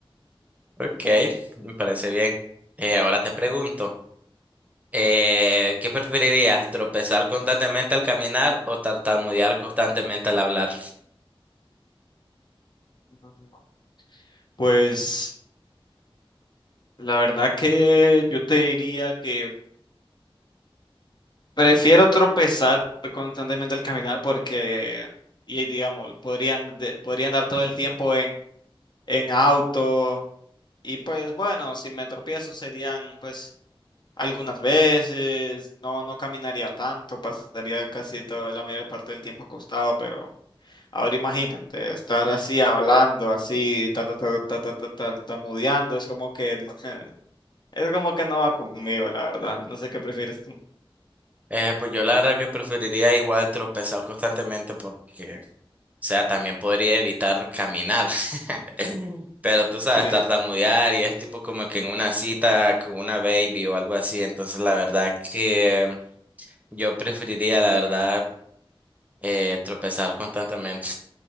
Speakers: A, on the right; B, on the left.
A: Ok, me parece bien. Eh, ahora te pregunto, eh, ¿qué preferirías, tropezar constantemente al caminar o tartamudear constantemente al hablar?
B: Ujú. Pues la verdad que yo te diría que prefiero tropezar constantemente al caminar porque y digamos, podrían de- podría andar todo el tiempo en en auto y pues bueno, si me tropiezo serían pues Algunas veces, no, no caminaría tanto, pasaría casi toda la mayor parte del tiempo acostado, pero ahora imagínate, estar así hablando, así, ta, ta, ta, ta, ta, ta, tartamudeando, es como que, <laughs> es como que no va conmigo, la verdad. No sé qué prefieres tú.
A: Eh, pues yo la verdad que preferiría igual tropezar constantemente porque O sea, también podría evitar caminar. <laughs> Pero tú sabes,
B: Sí,
A: tartamudear y es tipo como que en una cita con una baby o algo así. Entonces, la verdad que yo preferiría, la verdad, eh, tropezar constantemente.